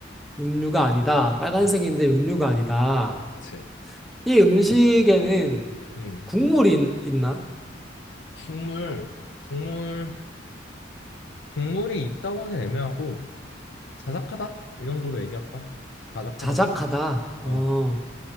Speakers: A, in the centre; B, on the left (about 75°).
A: 육류가 아니다. 빨간색인데
B: 어,
A: 육류가 아니다.
B: 그치.
A: 이 음식에는
B: 음.
A: 국물이 있- 있나?
B: 국물, 국물, 국물이 있다고 하긴 애매하고 자작하다? 이 정도로 얘기할까? 자작하다.
A: 자작하다. 어.
B: 어,